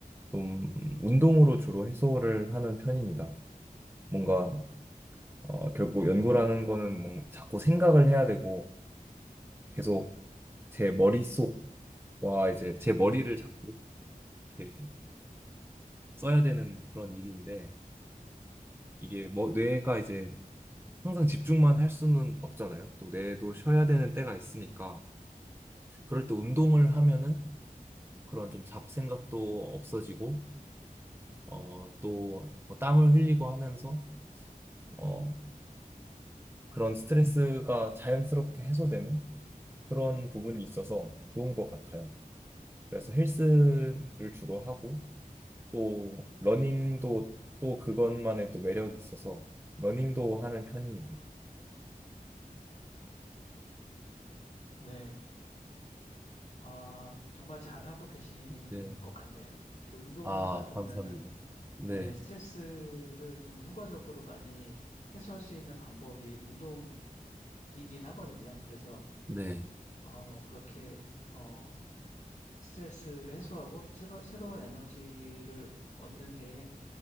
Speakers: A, on the right; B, on the left.
A: 좀 음, 운동으로 주로 해소를 하는 편입니다. 뭔가, 어, 결국 연구라는 거는 뭔 자꾸 생각을 해야 되고 계속 제 머릿속과 이제 제 머리를 자꾸 이렇게 써야 되는 그런 일인데 이게 뭐 뇌가 이제 항상 집중만 할 수는 없잖아요. 또 뇌도 쉬어야 되는 때가 있으니까 그럴 때 운동을 하면은 그런 좀 잡생각도 없어지고 어, 또뭐 땀을 흘리고 하면서 어, 그런 스트레스가 자연스럽게 해소되는 그런 부분이 있어서 좋은 것 같아요. 그래서 헬스를 주로 하고 또 러닝도 또 그것만의 또 매력이 있어서 러닝도 하는 편입니다.
B: 네. 아, 정말 잘하고 계신
A: 네.
B: 것 같네요. 이렇게 운동을
A: 아,
B: 하다 보면은
A: 감사합니다. 네.
B: 예, 스트레스를 좀 효과적으로 많이 해소할 수 있는 방법이 운동이긴 하거든요. 그래서
A: 네.
B: 어, 그렇게 어, 스트레스를 해소하고 새로, 새로운 에너지를 얻는 게